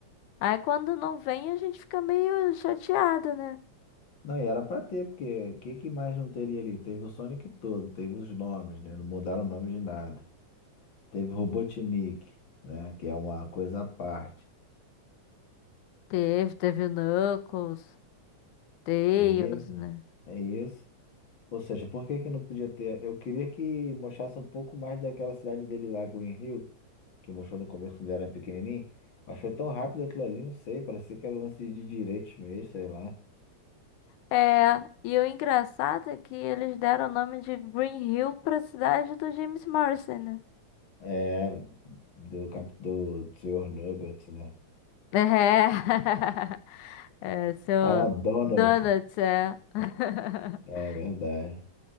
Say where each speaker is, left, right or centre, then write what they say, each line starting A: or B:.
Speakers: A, on the left (about 85°); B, on the left (about 45°).
A: Aí quando não vem, a gente fica meio chateado, né?
B: Não, e era pra ter, porque o que, que mais não teria ali? Teve o Sonic todo, teve os nomes, né? Não mudaram o nome de nada. Teve Robotnik, né? Que é uma coisa à parte.
A: Teve, teve o Knuckles, Tails,
B: Teve.
A: né?
B: É isso. Ou seja, por que que não podia ter? Eu queria que mostrasse um pouco mais daquela cidade dele lá, Green Hill, que mostrou no começo quando ele era pequenininho. Mas foi tão rápido aquilo ali, não sei. Parecia que era lance de direitos mesmo, sei lá.
A: É, e o engraçado é que eles deram o nome de Green Hill pra cidade do James Marsden, né?
B: É, do, cap, do Sr. Nuggets, né?
A: É, <laughs> é seu
B: Ah, não, Donald.
A: donuts, é. <laughs>
B: É verdade.